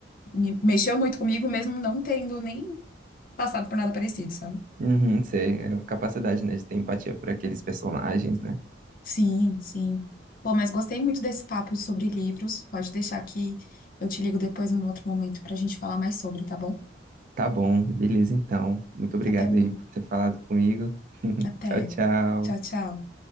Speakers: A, on the left; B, on the right.
A: me mexeu muito comigo, mesmo não tendo nem passado por nada parecido, sabe?
B: Uhum, sei, é a capacidade, né, de ter empatia por aqueles personagens, né?
A: Sim, sim. Pô, mas gostei muito desse papo sobre livros. Pode deixar que eu te ligo depois num outro momento pra gente falar mais sobre, tá bom?
B: Tá bom, beleza então. Muito obrigado
A: Até, mais.
B: aí por ter falado comigo. <laughs>
A: até.
B: Tchau, tchau.
A: Tchau, tchau.